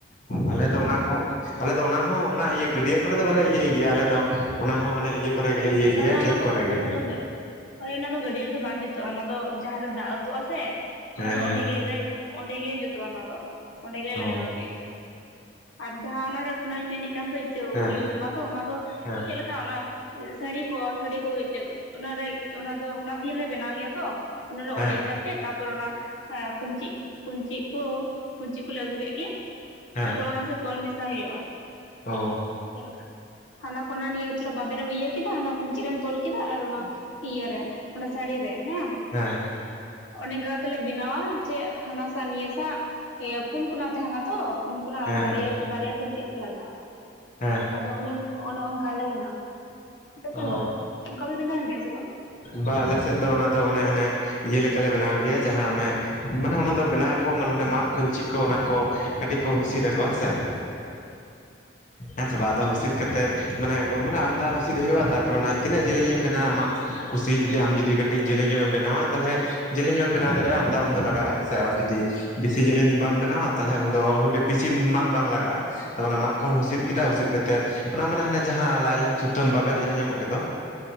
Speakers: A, on the left; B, on the left.
A: ᱟᱞᱮ
B: ᱚᱱᱠᱟ
A: ᱫᱚ ᱚᱱᱟ ᱠᱚᱦᱚᱸ ᱟᱞᱮ ᱫᱚ ᱚᱱᱟ ᱦᱚᱸ ᱚᱱᱟ ᱜᱟᱹᱰᱭᱟᱹ ᱠᱚᱨᱮ ᱫᱚ ᱵᱟᱞᱮ ᱤᱭᱟᱹᱭ ᱜᱮᱭᱟ ᱟᱞᱮ ᱫᱚ ᱚᱱᱟ ᱦᱚᱸ ᱦᱟᱱᱮ ᱤᱭᱟᱹ ᱠᱚᱨᱮ ᱜᱮᱞᱮ ᱤᱭᱟᱹᱭ
B: ᱵᱟᱝᱟ
A: ᱜᱮᱭᱟ ᱠᱷᱮᱛ
B: ᱚᱱᱟ ᱫᱚ
A: ᱠᱚᱨᱮ ᱜᱮ
B: ᱚᱱᱟ
A: ᱾
B: ᱫᱚ ᱦᱳᱭ ᱚᱱᱟ ᱫᱚ ᱜᱟᱹᱰᱭᱟᱹ ᱨᱮᱫᱚ ᱵᱟᱝ ᱡᱩᱛᱩᱜᱼᱟ ᱚᱱᱟ ᱫᱚ ᱡᱟᱦᱟᱸᱨᱮ ᱫᱟᱜ ᱟᱹᱛᱩᱜᱼᱟ ᱥᱮ, ᱚᱸᱰᱮ
A: ᱦᱮᱸ
B: ᱫᱚ
A: ᱦᱮᱸ
B: ᱚᱸᱰᱮ ᱜᱮᱞᱮ ᱚᱸᱰᱮ ᱜᱮ ᱡᱩᱛᱩᱜᱼᱟ ᱚᱱᱟ ᱫᱚ, ᱚᱸᱰᱮ ᱜᱮᱞᱮ
A: ᱚ
B: ᱞᱟᱜᱟᱣ ᱠᱮᱭᱟ᱾ ᱟᱨ ᱡᱟᱸᱦᱟᱸ ᱚᱱᱟᱨᱮ ᱴᱚᱱᱟᱧ ᱢᱮᱱᱮᱫ ᱠᱟᱱ ᱫᱚ
A: ᱦᱮᱸ
B: ᱤᱭᱟᱹ ᱴᱚᱱᱟ ᱫᱚ ᱚᱱᱟ ᱫᱚ
A: ᱦᱮᱸ
B: ᱪᱮᱫ ᱞᱮᱠᱟ ᱚᱱᱟ, ᱥᱟᱹᱲᱤ ᱠᱚ ᱥᱟᱹᱲᱤ ᱠᱚ ᱚᱱᱟᱨᱮ ᱚᱱᱟ ᱫᱚ ᱚᱱᱟ ᱫᱤᱭᱮᱞᱮ ᱵᱮᱱᱟᱣ ᱜᱮᱭᱟ ᱛᱚ ᱚᱱᱟᱨᱮ ᱚᱲᱮᱡ
A: ᱦᱮᱸ
B: ᱠᱟᱛᱮ ᱛᱟᱯᱚᱨ ᱚᱱᱟ ᱠᱩᱧᱪᱤᱜ ᱠᱩᱧᱪᱤᱜ ᱠᱚᱞᱮ ᱟᱹᱜᱩ ᱠᱮᱫ ᱜᱮ᱾
A: ᱦᱮᱸ
B: ᱛᱟᱨᱯᱚᱨᱮ ᱚᱱᱟ ᱥᱮ ᱛᱚᱞ ᱢᱮᱥᱟᱭ ᱦᱩᱭᱩᱜᱼᱟ
A: ᱚ
B: ᱪᱮᱫ ᱞᱮᱠᱟ᱾ ᱦᱟᱱᱟ ᱠᱚᱱᱟ ᱱᱤᱭᱟᱹ ᱛᱷᱚᱨᱟ ᱵᱟᱵᱮᱨ ᱮᱢ ᱤᱭᱟ. ᱠᱮᱫ᱾ ᱟᱱᱟ ᱠᱩᱪᱤᱨ ᱨᱮᱢ ᱛᱚᱞ ᱠᱮᱫᱟ ᱟᱨ ᱚᱱᱟ ᱤᱭᱟᱹ ᱨᱮ ᱚᱱᱟ ᱥᱟᱹᱲᱤ ᱨᱮ ᱦᱮᱸ
A: ᱦᱮᱸ
B: ᱚᱱᱮ ᱚᱝᱜᱟ ᱠᱟᱛᱮ ᱞᱮ ᱵᱮᱱᱟᱣᱟ ᱡᱮ ᱦᱟᱱᱟ ᱥᱟ ᱱᱤᱭᱟᱹ ᱥᱟᱶ ᱦᱮ ᱯᱩᱱ ᱠᱚᱱᱟ ᱛᱟᱦᱮᱱᱟ ᱛᱚ ᱯᱩᱱ ᱠᱚᱱᱟᱜ
A: ᱦᱮᱸ
B: ᱟᱨ ᱵᱟᱨ
A: ᱦᱮᱸ
B: ᱵᱟᱨᱭᱟ ᱠᱚᱧᱪᱮᱫ ᱞᱟᱜᱟᱜᱼᱟ᱾
A: ᱦᱮᱸ
B: ᱟᱫᱚ ᱚᱱᱮ ᱚᱱᱠᱟ ᱞᱮ ᱵᱮᱱᱟᱣᱭᱮᱫᱟ, ᱯᱮ ᱥᱮ
A: ᱚ
B: ᱦᱤᱞᱳᱜ ᱚᱱᱠᱟ ᱯᱮ ᱵᱮᱱᱟᱣ ᱜᱮᱭᱟ ᱥᱮ ᱵᱟᱝ᱾
A: ᱵᱟ ᱟᱞᱮᱥᱮᱫ ᱫᱚ ᱚᱱᱟ ᱫᱚ ᱚᱱᱮ ᱦᱟᱱᱮ ᱤᱭᱟᱹ ᱞᱮᱠᱟᱞᱮ ᱵᱮᱱᱟᱣ ᱜᱮᱭᱟ ᱡᱟᱸᱦᱟᱸ ᱚᱱᱮ ᱢᱟᱱᱮ ᱚᱱᱟ ᱫᱚ ᱵᱮᱱᱟᱣ ᱠᱚ ᱢᱟᱱᱮ ᱢᱟᱜ ᱠᱷᱚᱧᱪᱤ ᱠᱚ ᱚᱱᱟ ᱠᱚ ᱠᱟᱹᱴᱤᱡ ᱠᱚ ᱦᱩᱥᱟᱠᱚ ᱦᱮᱸᱥᱮ᱾ ᱦᱮᱸ ᱥᱮ ᱵᱟ ᱟᱫᱚ ᱦᱩᱥᱤᱛ ᱠᱟᱛᱮ, ᱢᱟᱱᱮ ᱟᱢᱫᱟ ᱦᱩᱥᱤᱛ ᱦᱩᱭᱩᱜᱼᱟ ᱛᱟᱯᱚᱨᱮ ᱚᱱᱟ ᱛᱤᱱᱟ. ᱜ ᱡᱮᱞᱮᱧ ᱮᱢ ᱵᱮᱱᱟᱣᱟ ᱟᱢᱟᱜ ᱠᱩᱥᱤ ᱡᱩᱫᱤ ᱟᱢ ᱡᱩᱫᱤ ᱠᱟᱹᱴᱤᱡ ᱡᱮᱞᱮᱧᱚᱜ ᱮᱢ ᱵᱮᱱᱟᱣᱟ ᱛᱟᱦᱚᱞᱮ ᱡᱮᱞᱮ ᱧᱚᱜ ᱮᱢ ᱵᱮᱱᱟᱣ ᱫᱟᱲᱮᱭᱟᱜᱼᱟ ᱟᱢᱫᱟ ᱩᱢ ᱫᱚ ᱞᱟᱜᱟᱜᱼᱟ ᱥᱮ ᱟᱨ ᱡᱩᱫᱤ ᱵᱮᱥᱤ ᱡᱮᱞᱤᱧ ᱵᱟᱢ ᱵᱮᱱᱟᱣᱟ ᱛᱟᱦᱮ ᱩᱱ ᱫᱚ ᱦᱩᱰᱤ ᱵᱤᱥᱤ ᱢᱟᱫ ᱵᱟᱝ ᱞᱟᱜᱟᱜᱼᱟ ᱛᱮ ᱚᱱᱟ ᱢᱟᱫ ᱠᱚᱢ ᱦᱩᱥᱤᱫ ᱠᱮᱫᱟ ᱾ᱦᱩᱥᱤᱫ ᱠᱟᱛᱮᱫ ᱚᱱᱟ ᱢᱟᱱᱮ ᱦᱟᱱᱮ ᱡᱟᱸᱦᱟᱸ ᱞᱟᱭᱞᱢ ᱥᱩᱛᱟᱹᱢ ᱵᱟᱵᱮᱨ ᱡᱟᱸᱦᱟᱸ ᱧᱟᱢᱚᱜ ᱜᱮᱫᱚ᱾